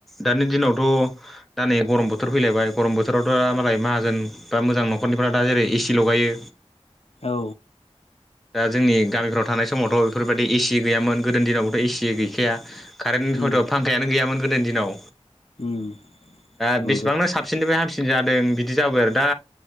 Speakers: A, in the centre; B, on the left.
A: दानि दिनावथ' दा नै गरम बोथोर फै लायबाय गरम बोथोरावथ' दा मालाय माहाजोन बा मोजां न'खरनिफ्रा दा जेरै एसि लगायो
B: औ
A: दा जोंनि गामिफ्राव थानाय समावथ' बेफोरबायदि एसि गैयामोन गोदोनि दिनावबोथ' एसि गैखाया कारेन्ट
B: उम
A: हयथ' फांखायानो गैयामोन गोदोनि दिनाव
B: उम
A: दा
B: नंगौ
A: बेसेबांनो साबसिननिफ्राय हामसि दों बिदि जाबाय आरो दा